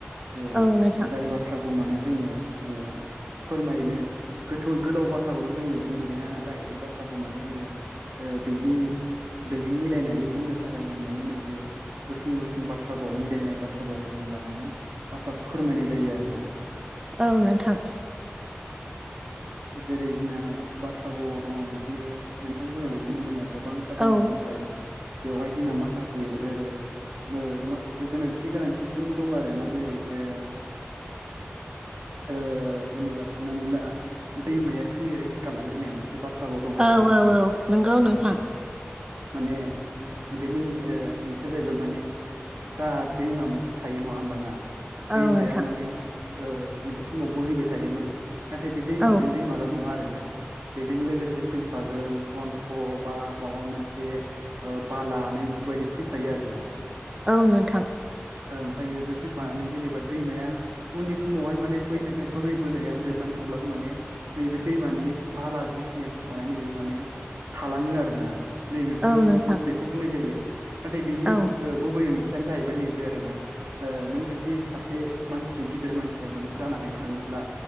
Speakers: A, on the right; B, on the right.
A: ओ
B: औ नोंथां
A: जाय बाथ्राखौ माने जोङो ओ। फोरमायनो गोथौ गोलाव बाथ्राखौथ' जोङो बुंजोबनो हाया नालाय बे बाथ्राखौ माने जोङो ओ। बिनि बेजों मिलायनाय। बुंनो थाखाय जों माने नैबे गुसुं गुसुं बाथ्रा बाव मिलायनाय बाथ्रा बावखौ जों लानानै बाथ्रा। फोरमायनाय जायो आरो ना।
B: औ नोंथां।
A: जेरै जोंना बाथ्रा बावाव दङ बिदिनो नोंथां बुंनाय बायदिनो जोंना गो गोबांथा
B: औ
A: दङ नाथाय बेवहाय जोंना माखासे ओ ओ माखासे गोनांथि गोनांथिसिन दं आरोना जेरै ओ ओ जेनेबा साननानै ला दैमाया थैयो रेस्ट गलाङो होननाय मोन से बाथ्रा बाव दं आरोना
B: औ
A: नोंथां
B: औ औ नंगौ नोंथां
A: औ। माने बेनि ओ ओंथिया जाहैबाय माने जा दैमा मोनसे थायो नङा होमबाना
B: औ
A: दैमाया
B: नोंथां
A: माने ओ मोनसे समाव बोहैबाय थायोमोन। नाथाय बे दैमाजों
B: औ
A: दैमाल' नङा आरो ना। ना बेजों लोगोसे फैफागोन बन्थ' बा माबा मोनसे ओ बाला बेफोरबायदि फैफायो आरो ना।
B: औ नोंथां।
A: ओ ओमफायो बे फैफानानै जेनेबा दैमाया उननि समावहाय माने बोहैबोनाया जोबनानै थांब्लाबो माने नैबे दैमानि बाला जिखिनि फैफानाय नैबे माने थालाङो आरोना। नैबेफोरनि
B: औ नोंथां
A: बेखौ बुंनाय जायो नाथाय बिनि
B: औ
A: ओ गुबै ओंथि थिया जाहैबाय नैबे आरोना ओ नों जुदि सासे मानसि गिदिर मानसिया माने जानानै थाङोब्ला